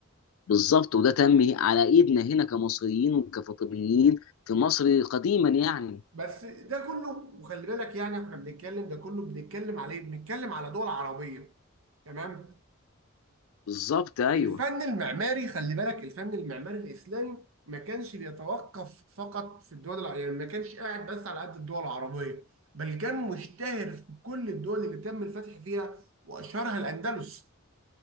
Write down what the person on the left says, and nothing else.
بالظبط وده تم على ايدنا هنا كمصريين وكفاطميين في مصر قديما يعني
بالظبط ايوه